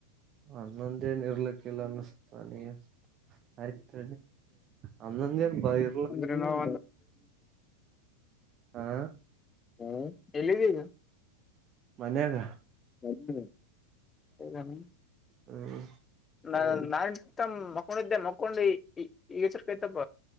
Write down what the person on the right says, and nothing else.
ಹನ್ನೊಂದೇನು ಇರ್ಲಿಕ್ಕಿಲ್ಲ ಅನ್ನಿಸ್ತಾ ನನಿಗೇನ ಆಯ್ತ್ ಹನ್ನೊಂದ್ ಏನ್ ಬಾರಿ
ಹಾ
ಮನ್ಯಾಗ
ಹ್ಮ್